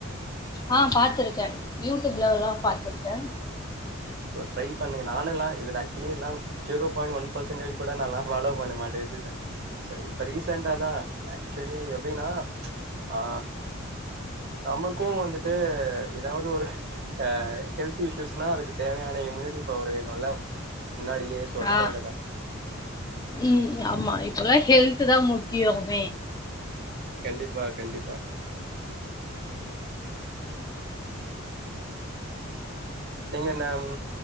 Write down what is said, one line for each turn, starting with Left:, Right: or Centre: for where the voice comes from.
Left: ஆ பாத்துருக்கே யூடியூப்லல்லா பாத்துருக்கே
Right: ஸோ ட்ரை பண்ணுங்க நானுல்லா இதுல ஆக்சுவலிலா ஜீரோ பாய்ண்ட் ஒன் பர்சன்டேஜ் கூட நாலா ஃபாலோ பண்ண மாட்டே விஷயத்த செரி இப்போ ரீசென்ட்டா தா ஆக்சுவலி எப்டினா ஆ நமக்கு வந்துட்டு ஏதாவது ஒரு ஆ ஹெல்த் இஸ்யூஸ்னா அதுக்கு தேவையான இம்யூனிட்டி பவர் வேணுல முன்னாடியே சோ அதுக்காகதா
Left: ஆ ம் ஆமா இப்பெல்லா ஹெல்த் தா முக்கியோமே
Right: கண்டிப்பா கண்டிப்பா நீங்க என்ன ம்